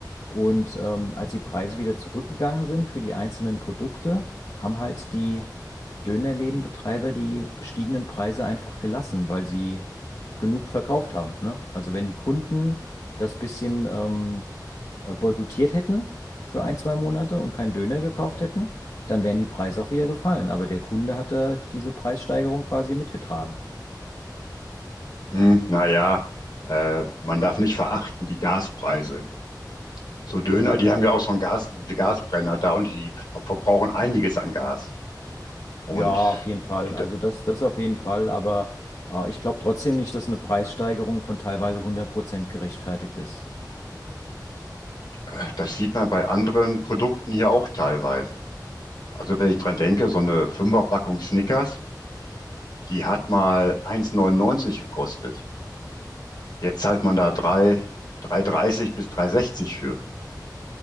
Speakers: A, on the left; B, on the left.
A: Und ähm, als die Preise wieder zurückgegangen sind für die einzelnen Produkte, haben halt die Dönerlädenbetreiber die gestiegenen Preise einfach gelassen, weil sie genug verkauft haben. Ne? Also wenn die Kunden das bisschen ähm, äh, boykottiert hätten für ein, zwei Monate und keinen Döner gekauft hätten, dann wären die Preise auch wieder gefallen. Aber der Kunde hat da diese Preissteigerung quasi mitgetragen.
B: Hm, naja, äh, man darf nicht verachten die Gaspreise. So Döner, die haben ja auch so einen Gas, diese Gasbrenner da und die ver- verbrauchen einiges an Gas. Und
A: Ja, auf jeden Fall.
B: in, de-
A: Also das, das auf jeden Fall. Aber äh, ich glaube trotzdem nicht, dass eine Preissteigerung von teilweise 100% gerechtfertigt ist.
B: äh, das sieht man bei anderen Produkten hier auch teilweise. Also wenn ich dran denke, so eine Fünferpackung Snickers, die hat mal 1,99 gekostet. Jetzt zahlt man da 3, 3,30 bis 3,60 für.